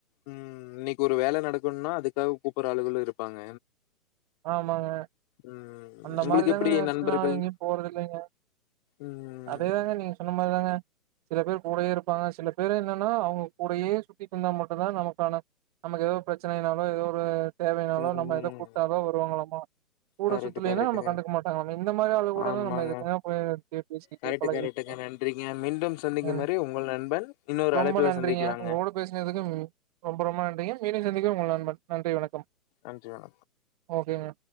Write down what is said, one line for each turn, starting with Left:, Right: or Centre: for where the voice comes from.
Left: உம் இன்னைக்கு ஒரு வேலை நடக்கணும்னா அதுக்காக கூப்பிட ஆளுகளும் இருப்பாங்க
Right: ஆமாங்க
Left: ம்.
Right: அந்த
Left: உங்களுக்கு
Right: மாரி தாங்க
Left: எப்படி
Right: நனச்சு
Left: நண்பர்கள்?
Right: நா எங்கேயும் போறது இல்லங்க
Left: ம்.
Right: அதேதாங்க நீங்க சொன்ன மாரிதாங்க சில பேர் கூடயே இருப்பாங்க சில பேரு என்னன்னா அவங்க கூடயே சுத்திட்ருந்தா மட்டும்தான் நமக்கான நமக்கு ஏதோ பிரச்சனைனாலும் ஏதோ ஒரு தேவையனாலும்
Left: ம்.
Right: நம்ம எதை கு தான் வருவாங்கலாம் கூட
Left: கரெக்ட்டு,
Right: சுத்துலின்னா
Left: கரெக்ட்டுங்க.
Right: நம்ம கண்டுக்க மாட்டாங்க இந்த மாரி ஆளுங்க கூடலாம்
Left: ஆமாங்க.
Right: நம்மதுக்கு போய் பேசிட்டு
Left: கரெக்ட்
Right: பலகிட்டு
Left: கரெக்டுங்க நன்றிங்க மீண்டும் சந்திக்கும்
Right: ஆஹ்
Left: வரை உங்கள் நண்பன் இன்னொரு
Right: ரொம்ப
Left: அழைப்புல
Right: நன்றிங்க
Left: சந்திக்கலாங்க
Right: உங்க கூட பேசினதுக்கு ரொம்ப ரொம்ப நன்றிங்க மீண்டும் சந்திப்போம் உங்கள் நண்பன் நன்றி வணக்கம்
Left: நன்றி
Right: ஓகேங்க